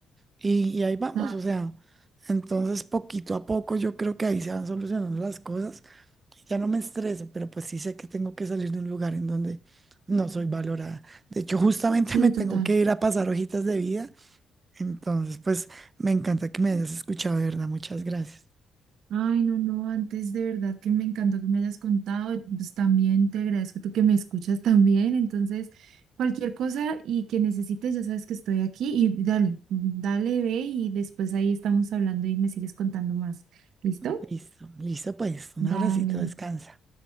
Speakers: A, on the right (about 30°); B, on the right (about 75°).
A: y, y ahí vamos,
B: Ah,
A: o sea, entonces poquito a poco yo creo que ahí se van solucionando las cosas, ya no me estreso, pero pues sí sé que tengo que salir de un lugar en donde no soy valorada. De hecho, justamente
B: sí,
A: <laughs> me tengo
B: total.
A: que ir a pasar hojitas de vida, entonces pues me encanta que me hayas escuchado, de verdad, muchas gracias.
B: Ay, no, no, antes de verdad que me encantó que me hayas contado, pues también te agradezco tú que me escuchas también, entonces cualquier cosa y que necesites, ya sabes que estoy aquí y dale, dale, ve y después ahí estamos hablando y me sigues contando más. ¿Listo?
A: Listo, listo pues, un abracito,
B: Dale,
A: descansa.